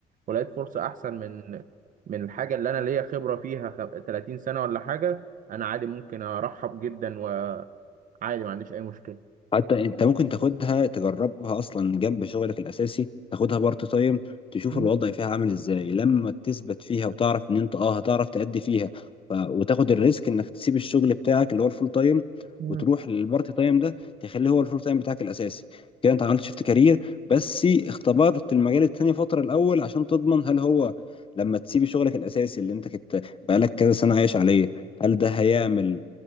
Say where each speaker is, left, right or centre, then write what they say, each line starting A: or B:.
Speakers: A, on the right (about 50°); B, on the left (about 30°).
A: ولقيت فرصة أحسن من من الحاجة اللي أنا ليا خبرة فيها خ- 30 سنة ولا حاجة أنا عادي ممكن أرحب جدا وعادي ما عنديش أي مشكلة
B: حتى انت ممكن تاخدها تجربها اصلا جنب شغلك الاساسي تاخدها بارت تايم تشوف
A: مم.
B: الوضع فيها عامل ازاي لما تثبت فيها وتعرف ان انت اه هتعرف تأدي فيها ف... وتاخد الريسك انك تسيب الشغل بتاعك اللي هو الفول تايم
A: مم.
B: وتروح للبارت تايم ده تخليه هو الفول تايم بتاعك الاساسي كده انت عملت شيفت كارير بس اختبرت المجال التاني فترة الاول عشان تضمن هل هو لما تسيب شغلك الاساسي اللي انت كنت بقالك كذا سنة عايش عليه هل ده هيعمل